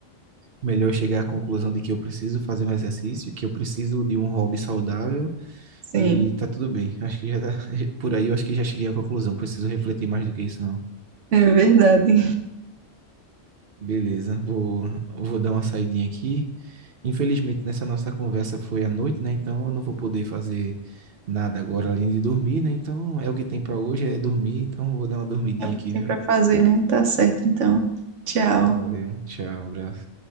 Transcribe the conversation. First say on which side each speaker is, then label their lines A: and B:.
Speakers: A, on the right (about 55°); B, on the right (about 75°).
A: melhor chegar à conclusão de que eu preciso fazer um exercício, que eu preciso de um hobby saudável
B: Sim,
A: e tá tudo bem. Acho que já tá, <laughs> por aí eu acho que já cheguei à conclusão, preciso refletir mais do que isso, não.
B: é verdade.
A: Beleza, vou, vou dar uma saidinha aqui. Infelizmente, nessa nossa conversa foi à noite, né? Então eu não vou poder fazer nada agora além de dormir, né? Então é o que tem pra hoje, é dormir. Então eu vou dar uma dormidinha
B: É o
A: aqui,
B: que tem
A: viu?
B: pra fazer, né? Tá certo, então. Tchau.
A: Valeu, tchau, abraço.